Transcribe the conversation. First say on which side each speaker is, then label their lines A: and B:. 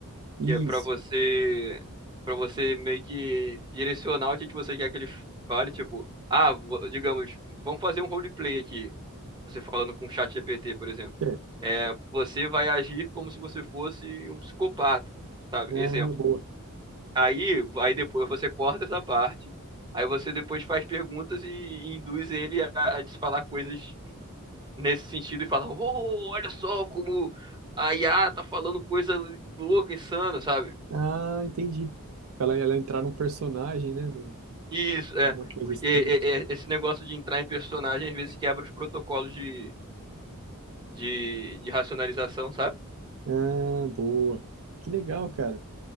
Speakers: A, on the right (about 65°); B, on the right (about 20°).
A: Isso,
B: Que é pra você, para você meio que direcionar o que que você quer que ele fale, tipo, ah, vo- digamos, vamos fazer um roleplay aqui, você falando com o chat GPT, por exemplo.
A: certo.
B: É, você vai agir como se você fosse um psicopata, sabe?
A: Ah,
B: Exemplo.
A: boa.
B: Aí, aí depois você corta essa parte, aí você depois faz perguntas e induz ele a, a te falar coisas nesse sentido e falar, oh, olha só como a IA tá falando coisa louca, insana, sabe?
A: Ah, entendi. Ela, ela entrar num personagem, né? Num-
B: Isso, é.
A: Numa coisa
B: Porque
A: assim,
B: é-
A: assim.
B: é- esse negócio de entrar em personagem às vezes quebra os protocolos de, de, de racionalização, sabe?
A: Ah, boa. Que legal, cara.